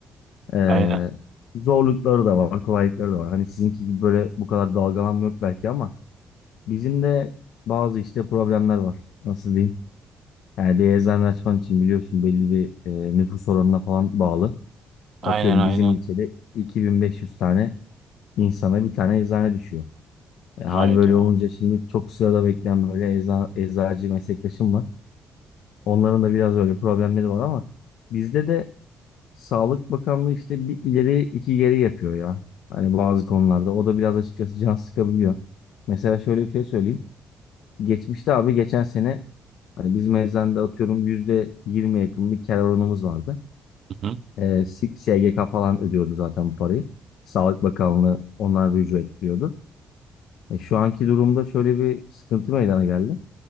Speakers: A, on the left; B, on the right.
A: Ee,
B: Aynen.
A: zorlukları da var, kolaylıkları da var. Hani sizinki gibi böyle bu kadar dalgalanma yok belki ama bizim de bazı işte problemler var. Nasıl diyeyim? Yani bir eczane açman için biliyorsun belli bir e, nüfus oranına falan bağlı.
B: Aynen
A: Atıyorum
B: aynen.
A: bizim ilçede 2500 tane insana bir tane eczane düşüyor. E, hal
B: Hayda.
A: böyle olunca şimdi çok sırada bekleyen böyle eza, eczacı meslektaşım var. Onların da biraz öyle problemleri var ama bizde de Sağlık Bakanlığı işte bir ileri iki geri yapıyor ya. Hani bazı konularda. O da biraz açıkçası can sıkabiliyor. Mesela şöyle bir şey söyleyeyim. Geçmişte abi geçen sene hani biz eczanede atıyorum yüzde yirmi yakın bir kar oranımız vardı.
B: Hı hı.
A: Ee, S- SGK falan ödüyordu zaten bu parayı. Sağlık Bakanlığı ondan rücu ettiriyordu. E, şu anki durumda şöyle bir sıkıntı meydana geldi.